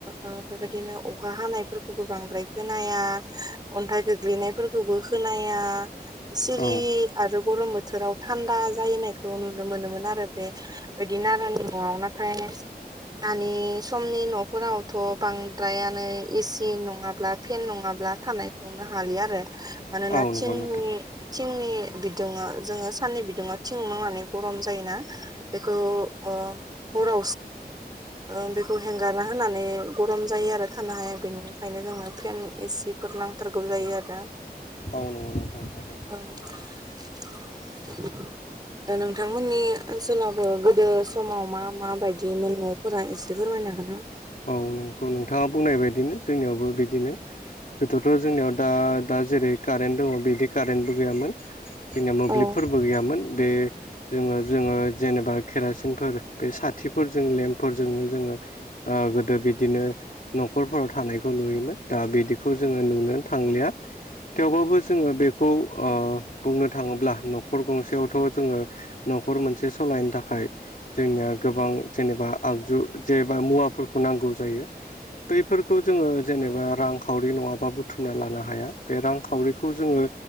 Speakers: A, on the right (about 25°); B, on the left (about 55°).
A: ओ बेबायदिनो अखा हानायफोरखौबो बांद्राय खोनाया अन्थाइ गोग्लैनायफोरखौबो खोनाया सिरि
B: औ
A: आरो गरम बोथोराव थान्दा जाहैनायखौ नुनो मोनोमोन आरो बे। बिदि नारानि न'ङाव नाथाय दानि समनि न'फोरावथ' बांद्रायानो एसि नङाब्ला फेन नङाब्ला थानाय नुनो हालि आरो मानोना
B: औ नंगौ
A: थिंनि
B: नोंथां
A: थिंनि बिदुङा जोङो साननि बिदुङा थिं नांनानै गरम जायोना? बेखौ ओ हरा ओ बेखौ हेंगारना होनानै गरम जायो आरो खानो हाया बेनिखायनो जोंना फेन एसिफोर नांथारगौ जायो आरो।
B: औ नंगौ नोंथां थारैनो।
A: <inaudible> ओ नोंथांमोननि ओनसोलावबो गोदो समाव मा मा बायदि मोनो न फोरा एसे फोरमायनो हागोन ना?
B: औ नोंखौ नोंथाङा बुंनाय बायदिनो जोंनियावबो बिदिनो। गोथोवथ' जोंनियाव दा दा जेरै कारेन्ट दङ बिदि कारेन्टबो गैयामोन। जोंनिया मोब्लिबफोरबो
A: औ
B: गैयामोन बे जोङो जोङो जेनेबा केरासिनफोर बे साथिफोरजों लेम्पफोरजोंनो जोङो ओ गोदो बिदिनो न'खरफोराव थानायखौ नुयोमोन दा बिदिखौ जोङो नुनो थांलिया। थेवबाबो जोङो बेखौ ओयो बुंनो थाङोब्ला न'खर गंसेयावथ' जोङो न'खर मोनसे सलायनो थाखाय जोंनिया गोबां जेनेबा आगजु जेबा मुवाफ फोरखौ नांगौ जायो। बैफोरखौ जोङो जेनेबा रांखावरि नङाबा बुथुमना लानो हाया बे रांखावरिखौ जोङो